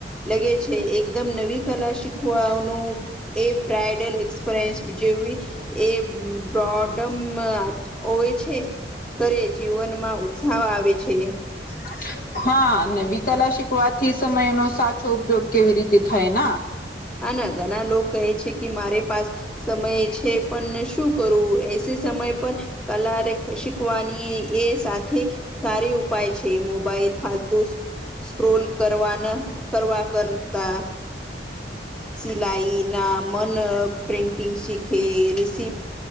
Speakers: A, in the centre; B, on the left.
A: લગે છે. એકદમ નવી કલા શીખવાનું એ બ્રાયડલ એક્સપરયન્સ બી જેવી એ બ્રડમ હો છે. કરે જીવનમાં ઉત્સાહ આવે છે.
B: <inaudible> હા વિકલા શીખવાથી સમયનો સાચો ઉપયોગ કેવી રીતે થાય
A: હા, ના ઘણા લોકો કહે છે, કે મારે પાસ સમય છે. પણ શું કરવુ એસી સમય પણ કલા શીખવાની એ સાથે સારી ઉપાય છે, મોબાઈલ ફાલતુ સ્ક્રોલ કરવાના કરવા કરતા સિલાઈ ના મન પ્રિન્ટિંગ શીખે રિપ